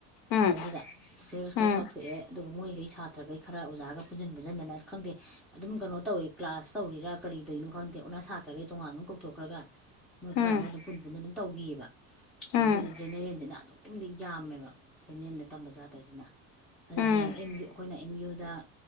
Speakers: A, on the left (about 75°); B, in the centre.
A: ꯎꯝ
B: ꯃꯇꯝꯗꯨꯗ ꯁꯤꯂꯦꯕꯁ ꯈꯔ
A: ꯎꯝ
B: ꯆꯥꯎꯊꯣꯛꯑꯦ ꯑꯗꯨꯒ ꯃꯣꯏꯈꯩ ꯁꯥꯇ꯭ꯔꯈꯩ ꯈꯔ ꯑꯣꯖꯥꯒ ꯄꯨꯟꯁꯤꯟ ꯄꯨꯟꯁꯤꯟꯗꯅ ꯈꯪꯗꯦ ꯑꯗꯨꯝ ꯀꯩꯅꯣ ꯇꯧꯋꯤ ꯑꯥꯁ ꯇꯧꯔꯤꯔꯥ ꯀꯔꯤꯗꯣꯏꯅꯣ ꯈꯪꯗꯦ ꯑꯣꯟꯅ ꯁꯥꯇ꯭ꯔꯩ ꯇꯣꯉꯥꯟ ꯑꯗꯨꯝ ꯀꯧꯊꯣꯛꯈ꯭ꯔꯒ ꯃꯣꯏ ꯈꯔ
A: ꯎꯝ
B: ꯑꯃ ꯑꯗꯨꯝ ꯄꯨ ꯄꯨꯟꯅ ꯑꯗꯨꯝ ꯇꯧꯈꯤꯑꯕ ꯑꯗꯣ
A: ꯎꯝ
B: ꯑꯩꯈꯣꯏ ꯖꯦꯅꯦꯔꯦꯜꯁꯤꯅ ꯑꯗꯨꯝ ꯑꯗꯨꯛꯀꯤ ꯃꯇꯤꯛ ꯌꯥꯝꯃꯦꯕ ꯐꯅꯦꯟꯗ ꯇꯝꯕ ꯆꯥꯇ꯭ꯔꯁꯤꯅ ꯑꯗ
A: ꯎꯝ
B: ꯍꯌꯦꯡ ꯑꯩꯈꯣꯏꯅ ꯑꯦꯝ ꯌꯨꯗ